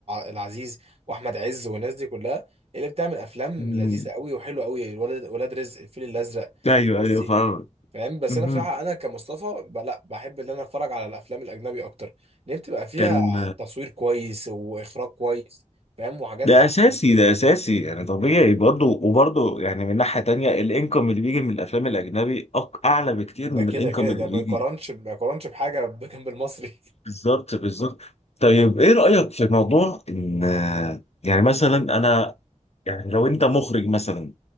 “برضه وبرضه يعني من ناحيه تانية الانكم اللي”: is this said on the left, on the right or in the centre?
Left